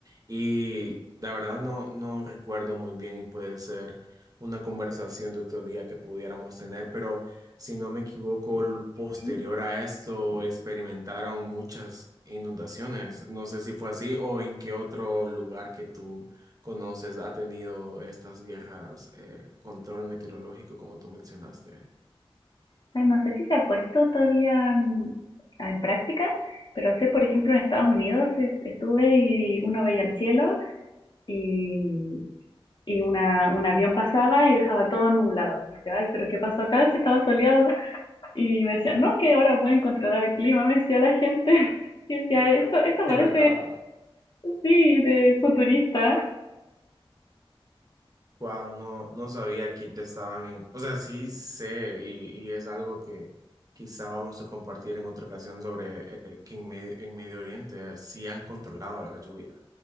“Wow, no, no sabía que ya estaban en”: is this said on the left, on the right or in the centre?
Right